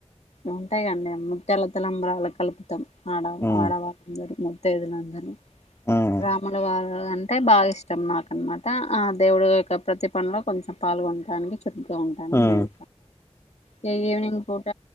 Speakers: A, on the left; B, on the left.
A: ఉంటయి గండి ముత్యాల తలంబరాళ్ళ కలిపి మొత్తం ఆడ
B: ఉమ్
A: ఆడవాటం జరుగు తేదీన అందని
B: ఉమ్
A: రాముల వారు ట అంటె బాగా ఇష్టం నాకు అనమాట ఆ దేవుడు యొక్క ప్రతి పనిలో కొంచెం పాల్గొన్టానికి సరిగ్గా ఉంటాను
B: ఉమ్
A: మేలు ఇక ఈవినింగ్ పూట